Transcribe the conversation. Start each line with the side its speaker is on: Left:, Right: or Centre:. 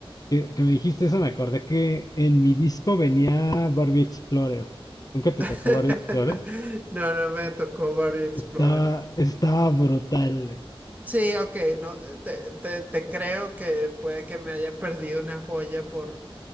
Left: que, que me dijiste eso, me acordé que en mi disco venía Barbie Explorer. ¿Nunca te
Right: <laughs>
Left: tocó Barbie Explorer?
Right: No, no me tocó Mario Explorer.
Left: Estaba, estaba brutal.
Right: Sí, ok, no, eh, te, te- te creo que puede que me haya perdido una joya por,